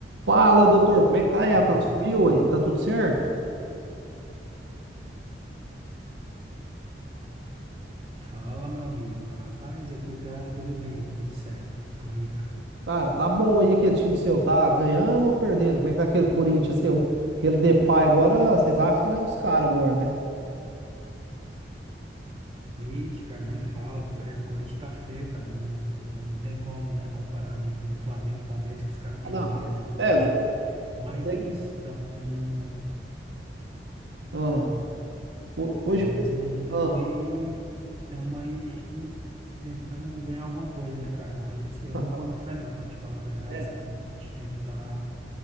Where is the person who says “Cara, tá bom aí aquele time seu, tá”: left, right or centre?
Right